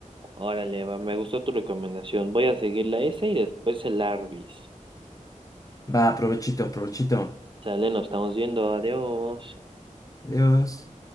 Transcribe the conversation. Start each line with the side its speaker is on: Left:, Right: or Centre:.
Right: Órale, va, me gustó tu recomendación. Voy a seguir la S y después el Arby's.
Left: Va, provechito, provechito.
Right: Sale, nos estamos viendo. Adiós.
Left: Adiós.